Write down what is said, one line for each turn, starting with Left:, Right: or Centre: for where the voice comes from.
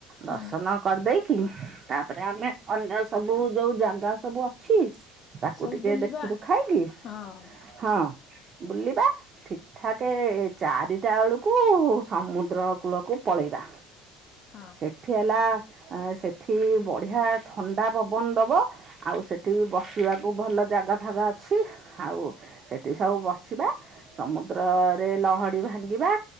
Right: ଦର୍ଶନ
Left: ହୁଁ
Right: କରିଦେଇ କି ତାପରେ ଆମେ ଅନ୍ୟ ସବୁ ଯୋଉ ଜାଗା ସବୁ ଅଛି। ତାକୁ
Left: ସବୁ
Right: ଟିକେ
Left: ବୁଲିବା
Right: ଦେଖିଛୁ ଖାଇକି
Left: ହଁ
Right: ହଁ। ବୁଲିବା ଠିକ ଠାକ ଚାରିଟା ବେଳକୁ କୁ ସମୁଦ୍ର କୂଳକୁ ପଳେଇବା।
Left: ହଁ।
Right: ସେଠି ହେଲା ଆ ସେଠି ବଢିଆ ଥଣ୍ଡା ପବନ ଦବ ଆଉ ସେଠି ବସିବାକୁ ଭଲ ଜାଗା ଫାଗା ଅଛି ଆଉ ସେଠି ସବୁ ବସିବା ସମୁଦ୍ରରେ ଲହଡି ଭାଙ୍ଗିବା।